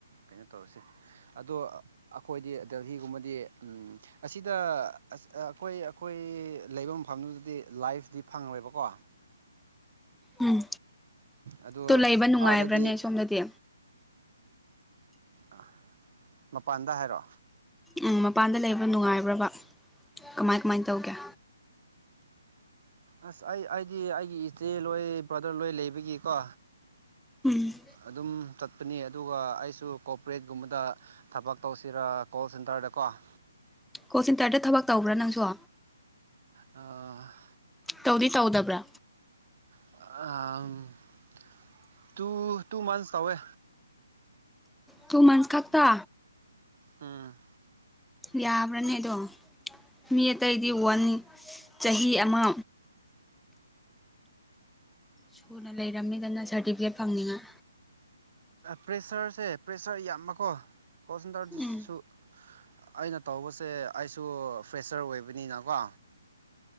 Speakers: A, on the right (about 50°); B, in the centre.
A: ꯀꯩꯅꯣ ꯇꯧꯔꯁꯤ ꯑꯗꯣ ꯑꯈꯣꯏ ꯑꯩꯈꯣꯏꯗꯤ ꯗꯦꯜꯍꯤꯒꯨꯝꯕꯗꯤ ꯑꯁꯤꯗ ꯑꯩꯈꯣꯏ ꯑꯩꯈꯣꯏ ꯂꯩꯕꯝ ꯐꯪ ꯑꯗꯨꯗꯤ ꯂꯥꯏꯐꯇꯤ ꯐꯪꯔꯣꯏꯕꯀꯣ
B: ꯎꯝ
A: ꯑꯗꯨ
B: ꯇꯣ ꯂꯩꯕ ꯅꯨꯡꯉꯥꯏꯕ꯭ꯔꯅꯦ
A: ꯑꯥꯗꯗꯤ
B: ꯁꯣꯝꯗꯗꯤ
A: ꯑ ꯃꯄꯥꯟꯗ ꯍꯥꯏꯔꯣ
B: ꯎꯝ ꯃꯄꯥꯟꯗ ꯂꯩꯕ꯭ꯔ ꯅꯨꯡꯉꯥꯏꯕ꯭ꯔꯕ ꯀꯃꯥꯏ ꯀꯃꯥꯏꯟ ꯇꯧꯒꯦ
A: ꯑꯁ ꯑꯩ ꯑꯩꯗꯤ ꯑꯩꯒꯤ ꯏꯆꯦ ꯂꯣꯏ ꯕ꯭ꯔꯗꯔ ꯂꯣꯏ ꯂꯩꯕꯒꯤꯀꯣ
B: ꯎꯝ
A: ꯑꯗꯨꯝ ꯆꯠꯄꯅꯤ ꯑꯗꯨꯒ ꯑꯩꯁꯨ ꯀꯣꯄꯔꯦꯠꯀꯨꯝꯕꯗ ꯊꯕꯛ ꯇꯧꯁꯤꯔ ꯀꯣꯜ ꯁꯦꯟꯇꯔꯗꯀꯣ <inaudible>
B: ꯀꯣꯆ ꯁꯦꯟꯇꯔꯗ ꯊꯕꯛ ꯇꯧꯕ꯭ꯔꯥ ꯅꯪꯁꯨ
A: ꯑ
B: ꯇꯧꯗꯤ ꯇꯧꯗꯕ꯭ꯔꯥ
A: ꯑ ꯇꯨ ꯇꯨ ꯃꯟꯁ ꯇꯧꯋꯦ
B: ꯇꯨ ꯃꯟꯁ ꯈꯛꯇ
A: ꯎꯝ
B: ꯌꯕ꯭ꯔꯅꯦ ꯑꯗꯣ ꯃꯤ ꯑꯇꯩꯗꯤ ꯋꯥꯟ ꯆꯍꯤ ꯑꯃ ꯁꯨꯅ ꯂꯩꯔꯝꯅꯤꯗꯅ ꯁꯥꯔꯇꯤꯐꯤꯀꯦꯠ ꯐꯪꯅꯤꯡꯉꯏ
A: ꯄ꯭ꯔꯦꯁꯔꯁꯦ ꯄ꯭ꯔꯦꯁꯔ ꯌꯥꯝꯕꯀꯣ ꯀꯣꯜꯁꯦꯟꯇꯔꯗꯤꯁꯨ
B: ꯎꯝ
A: ꯑꯩꯅ ꯇꯧꯕꯁꯦ ꯑꯩꯁꯨ ꯐ꯭ꯔꯦꯁꯔ ꯑꯣꯏꯕꯅꯤꯅꯀꯣ